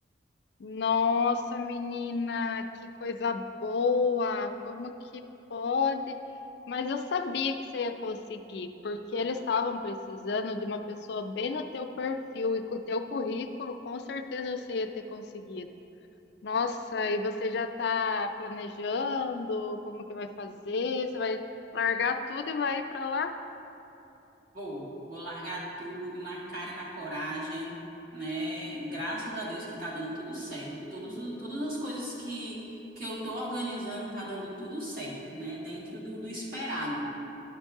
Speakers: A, on the left (about 60°); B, on the right (about 50°).
A: Nossa, menina, que coisa boa! Como que pode? Mas eu sabia que você ia conseguir, porque eles estavam precisando de uma pessoa bem no teu perfil e com o teu currículo, com certeza você ia ter conseguido. Nossa, e você já está planejando como que vai fazer? Você vai largar tudo e vai ir para lá?
B: Vou, vou largar tudo na cara e na coragem, né? Graças a Deus que tá dando tudo certo. Todos, o- todas as coisas que, que eu tô organizando tá dando tudo certo, né? Dentro do, do esperado.